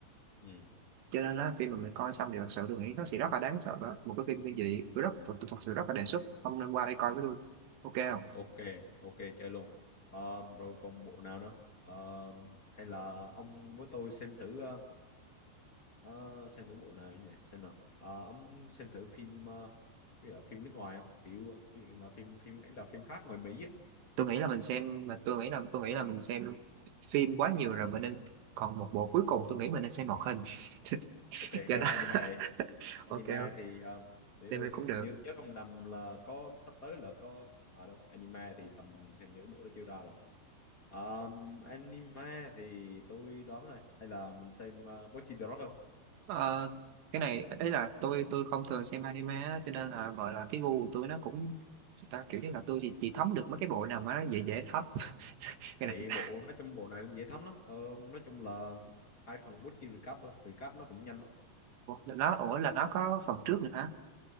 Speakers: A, on the left; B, on the right.
A: ừ.
B: cho nên á khi mà mình coi xong thì thật sự tôi nghĩ nó sẽ rất là đáng sợ đó. một cái phim kinh dị tôi rất tôi, tôi thật sự rất là đề xuất ông nên qua đây coi với tôi ok không
A: Ok, ok chơi luôn. Ờm, rồi còn bộ nào nữa? Ờm, hay là ông với tôi xem thử ờ, ờ, xem thử bộ nào nhỉ? Xem nào. Ờ, ông xem thử phim ờ, ví dụ là phim nước ngoài không? Kiểu ờ, ví dụ như là phim phim ấy là phim khác ngoài Mỹ á.
B: tôi nghĩ là mình xem mà tôi nghĩ là tôi nghĩ là mình xem phim quá nhiều rồi mình nên còn một bộ cuối cùng tôi nghĩ mình nên xem một hình <laughs>
A: Ok,
B: cho
A: rồi
B: đó <laughs>
A: anime. Anime
B: ok không?
A: thì ờm, để
B: anime
A: tôi sẽ
B: cũng được
A: hình như tôi nhớ không nhầm là có sắp tới là có ở à, đâu anime thì tầm hình như cái bộ đó chưa ra rồi. Ờm, anime thì tôi đoán này hay là mình xem uh, Bocchi the Rock không?
B: Ờ, cái này ấy là tôi tôi không thường xem anime á, cho nên là gọi là cái gu của tôi nó cũng sao ta kiểu như là tôi chỉ, chỉ thấm được mấy cái bộ nào mà nó dễ dễ thấm <laughs> cái
A: thì
B: này sao ta?
A: bộ nói chung bộ này cũng dễ thấm lắm ờ, nói chung là hai phần Bochi recap thôi recap nó cũng nhanh lắm
B: Ủa, là nó ủa là nó có phần trước nữa hả